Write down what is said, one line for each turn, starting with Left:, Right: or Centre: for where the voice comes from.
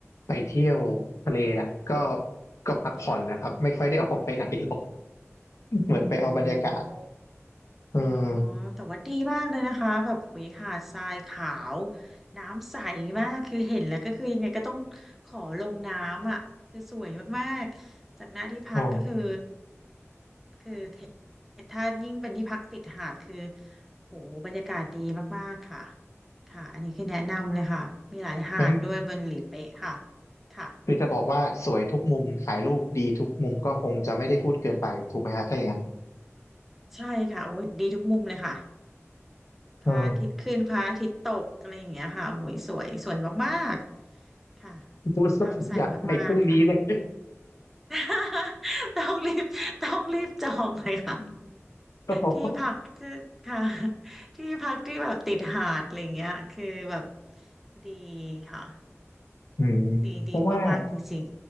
Left: ไปเที่ยวทะเลอ่ะก็ก็พักผ่อนแหละครับไม่ค่อยได้ออกไปไหนหรอก
Centre: ค่ะ
Left: เหมือนไปเอาบรรยากาศ
Centre: โอ้
Left: เออ
Centre: อ๋อแต่ว่าดีมากเลยนะคะแบบหุยหาดทรายขาวน้ำใสมากคือเห็นแล้วก็คือยังไงก็ต้องขอลงน้ำอ่ะคือสวยมากๆจากหน้าที่พักก็คือ
Left: อ๋อ
Centre: คือถ้ายิ่งเป็นที่พักติดหาดคือโหบรรยากาศดีมากๆค่ะค่ะอันนี้คือแนะนำเลยค่ะมีหลายหาดด้วยบนหลีเป๊ะค่ะ
Left: งั้น
Centre: ค่ะ
Left: คือจะบอกว่าสวยทุกมุมถ่ายรูปดีทุกมุมก็คงจะไม่ได้พูดเกินไปถูกไหมฮะถ้าอย่างนั้น
Centre: ใช่ค่ะโอ้ยดีทุกมุมเลยค่ะพระอาทิตย์ขึ้นพระอาทิตย์ตกอะไรอย่างเงี้ยค่ะโอ้ยสวยสวยมาก
Left: เออ
Centre: ค่ะ
Left: <laughs> พูดซะผมอยากไปพรุ่งนี้เลย
Centre: น้ำใสมากๆ ค่ะ <laughs> ต้องรีบต้องรีบจองเลยค่ะ
Left: <laughs> ก็เพราะ
Centre: ที่พักที่ค่ะที่พักที่แบบติดหาดอะไรเงี้ยคือแบบดีค่ะ
Left: อืมเพราะว่า
Centre: ดีดีมากๆ จริง